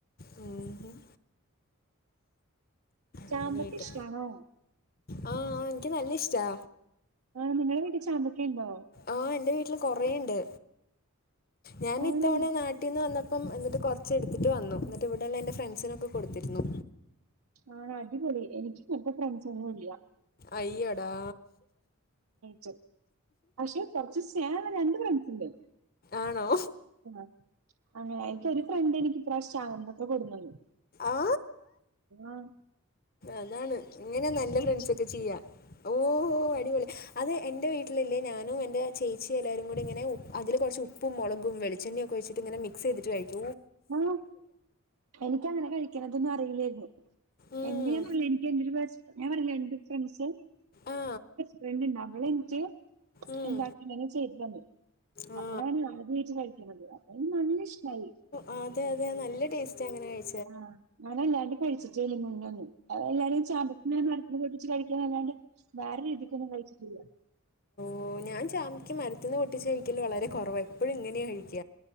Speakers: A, on the left; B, on the right.
A: മ്മ് ഹും
B: ചാമ്പക്ക
A: അങ്ങനെയാട്ട്
B: ഇഷ്ടാണോ?
A: ആ- ആ എനിക്ക് നല്ല ഇഷ്ടാ
B: ആ നിങ്ങടെ വീട്ടി ചാമ്പക്ക ഉണ്ടോ
A: ആ എന്റെ വീട്ടിൽ കൊറേ ഉണ്ട് ഞാൻ
B: ആണോ
A: ഇത്തവണ നാ കുട്ട നിന്ന് വന്നപ്പ എന്നി് കുറച്ച് എടുത്തിട്ട്ന്നു എന്നി് ഇവിടെയള്ള എ്റെ ഫ്രണ്ട്സിനൊക്കെ കൊടുത്തിരുന്നു
B: ആ അടിപൊളി എനിക്ക് പ്പ ഫ്രണ്ട്സ് ഒന്നും ഇല്ല.
A: അയ്യോടാ
B: ച്ച പക്ഷെ കുറച്ച് സ്നേഹമ്മുള്ള രണ്ട് ഫ്രണ്ട്സ് ഉണ്ട്.
A: ആണോ?.
B: ആ അങ്ങനെ എനിക്ക് ഒരു ഫ്രണ്ട് എനിക്ക് ഫ്രഷ് ചാമ്പക്ക കൊടുനന്നു
A: ആ
B: ആ
A: അതാണ് ഇങ്ങനെ നല്ല ഫ്രണ്ട്സ് ഒക്കെ ചെയ്യാ. ഓഹോ അടിപൊളി. അത് എറെ വീട്ടിലില്ലേ ഞാനും എന്റെ ചേച്ചി എല്ലാരും കൂടി ഇങ്ങനെ അതില് കുറച്ച് ഉപ്പ ഉപ്പു, മുളകും, വെളിച്ചെണ്ണയും ഒക്കെ ഒഴിച്ചിട്ട് ഇങ്ങന മിക്സ് ചെയ്തിട്ട് കഴിക്ക
B: ആ എനിക്ക് അങ്ങനെ കഴിക്കണതൊന്നും അറിയില്ലായിരുന്നു.
A: ഉം.
B: എന്ത് ഞാ പറഞ്ഞില്ലേ എനിക്ക് എൻ്റെയൊരു ബെസ്റ്റ് ഫ്രണ്ട് ഞാൻ പറഞ്ഞില്ലേ എന്ത് ഫ്രണ്ട്സ്
A: ആ
B: ഫ്രണ്ട് ണ്ട് അവള് എനിക്ക്
A: ഉം.
B: എന്താട്ടന്നെ ചെയ്തു തന്നു.
A: ആ
B: അപ്പളാണ് ആദ്യമായിട്ട് കഴിക്കുന്നത്. അപ്പനിക്ക് നല്ല ഇഷ്ടായി.
A: ആ അതെ അതെ നല്ല ടേസ്റ്റ് അങ്ങനെ കഴിച്ചാൽ.
B: ആ ഞാനൻല്ലാണ്ടും കഴിച്ചിട്ടില്ല മുന്നോന്ന് എല്ലാരുംമുന്നെന്നും ചാമ്പക്ക നട ച്ച് കഴിക്കുന്നല്ലാണ്ട്. വേറെ രീതിക്കൊന്നും കഴിച്ചിട്ടില്ല.
A: ഓ ഞാൻ ചാമ്പിക്ക മരത്തിനിന്ന് പൊട്ടിച്ച് കഴിക്കല് വളരെ കുറവ്. എപ്പോഴും ഇങ്ങനെയാ കഴിക്ക.